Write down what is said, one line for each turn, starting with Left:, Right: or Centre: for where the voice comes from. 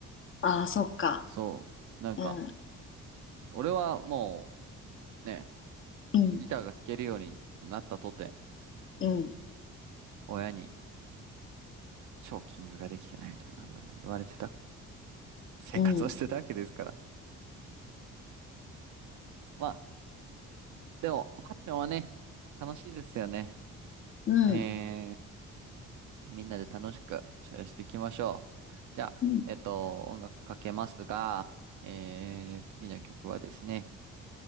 Left: ああ、そっか。
Right: そう。なんか、
Left: うん、
Right: 俺はもうね、
Left: うん、
Right: ギターが弾けるようになったとて、
Left: うん、
Right: 親にチョーキングができてないとかなんだの言われてた生活をしてたわけですから。
Left: うん、
Right: まあ、でも、ファッションはね、楽しいですよね。
Left: うん。
Right: えー、みんなで楽しくおしゃれしていきましょう。じゃあ、
Left: うん
Right: えっと、音楽かけますが、えー、次の曲はですね、